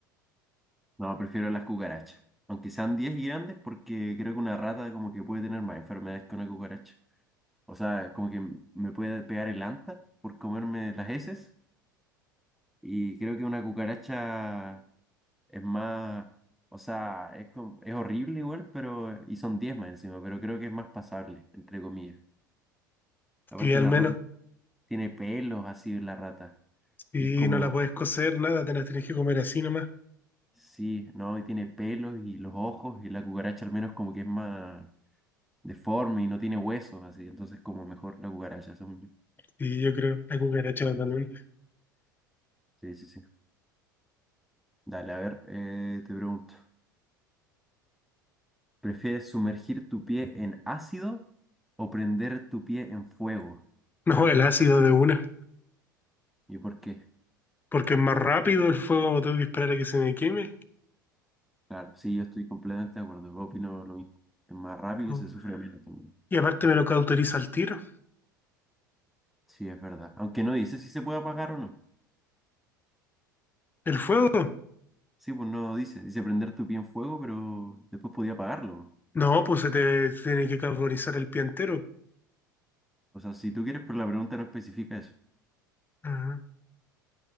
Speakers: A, in the centre; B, on the left.
A: No, prefiero las cucarachas. Aunque sean 10 y grandes, porque creo que una rata como que puede tener más enfermedades que una cucaracha. O sea, como que me puede pegar el anta por comerme las heces Y creo que una cucaracha es más, o sea, es, com- es horrible igual, pero, y son 10 más encima, pero creo que es más pasable, entre comillas. Aparte
B: Y al
A: una
B: menos,
A: rata tiene pelos así la rata.
B: si
A: Y es como,
B: no la puedes cocer, nada, te las tienes que comer así nomás.
A: sí, ¿no? Y tiene pelos y los ojos, y la cucaracha al menos como que es más deforme y no tiene huesos así, entonces como mejor la cucaracha, según yo.
B: Y yo creo, la cucaracha totalmente.
A: Sí, sí, sí. Dale, a ver, eh, te pregunto, ¿prefieres sumergir tu pie en ácido o prender tu pie en fuego?
B: No, el ácido de una.
A: ¿Y por qué?
B: Porque es más rápido el fuego, tengo que esperar a que se me queme.
A: Claro, sí, yo estoy completamente de acuerdo. Yo Opino lo mismo. Es más rápido
B: Oh.
A: y se sufre menos también.
B: Y aparte me lo cauteriza el tiro.
A: Sí, es verdad. Aunque no dice si se puede apagar o no.
B: ¿El fuego?
A: Sí, pues no dice. Dice prender tu pie en fuego, pero después podía apagarlo.
B: No, pues se te tiene que cauterizar el pie entero.
A: O sea, si tú quieres, pero la pregunta no especifica eso.
B: Ajá.